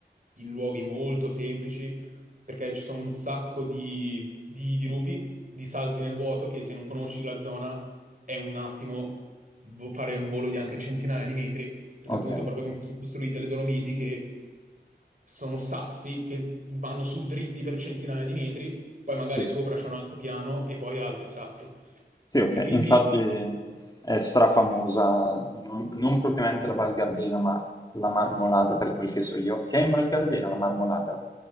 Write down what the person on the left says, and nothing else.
ok,
sì.
Sì, ok,
infatti è strafamosa, non, non propriamente la Val Gardena, ma la Marmolada, per quel che so io. Che è in Val Gardena la Marmolada?